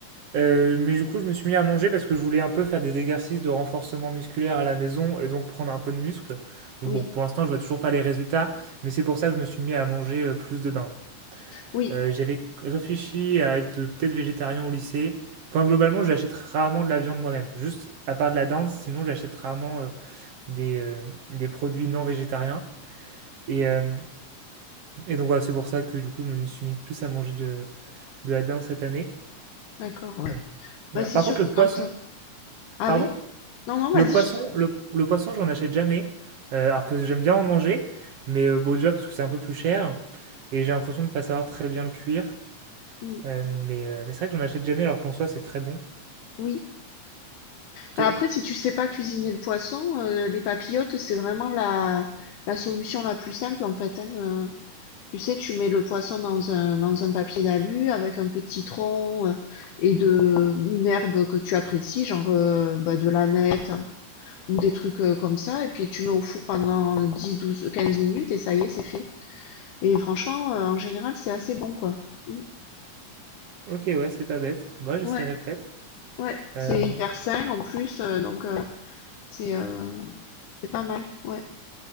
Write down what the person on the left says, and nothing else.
Oui,
oui,
d'accord, ouais.
Bah, c'est
sûr
que
quand. euh, Ah
oui? Non, non, vas-y,
je t'écoute.
Mm,
Oui.
Bah, après, si tu sais pas cuisiner le poisson, euh, les papillotes, c'est vraiment la, la solution la plus simple, en fait, hein, euh. Tu sais, tu mets le poisson dans un, dans un papier d'alu avec un peu de citron euh, et de une herbe que tu apprécies, genre euh, bah, de l'aneth hein, ou des trucs euh, comme ça, et puis tu mets au four pendant 10, 12, 15 minutes et ça y est, c'est fait. Et franchement, euh, en général, c'est assez bon, quoi. Mm.
Ouais,
ouais,
c'est hyper sain en plus, euh, donc euh, c'est euh, c'est pas mal. Ouais,